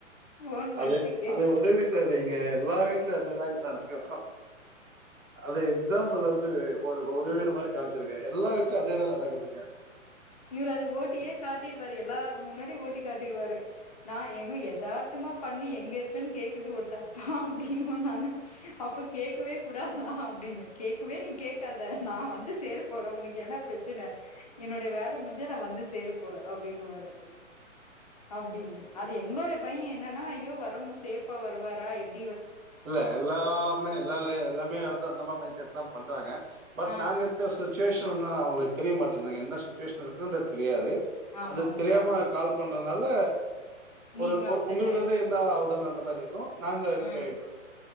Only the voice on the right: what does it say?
அது
அது ஒரு வீட்ல இல்லைங்க எல்லா வீட்ல அதுதாங்க நடக்கு அது எக்ஸாம்புள் வந்து ஒரு ஒரு வீடு மாரி காம்ச்சிருக்கே எல்லா வீட்ல அதேதா நடக்குதுங்க
ஓகே
இல்ல எல்லாமே எல்லாலெ எல்லாமே வந்து அந்த மா மைண்ட் செட்டுதா பண்றாங்க பட்
நாங்க இருக்க சுச்சுவேஷன் ஒன்னு அவுங்களுகு தெரிய மாட் டுந்தாங்க என்ன சிச்சுவேஷன் இருக்குன்றது தெரியாது
அது
தெரியாம
கால் பண்ற நல்ல
ஒரு ஒ
உங்களுக்கு
வந்து என்ன ஆவுதன் அந்த <unintelligible> நாங்க இருக்க
இ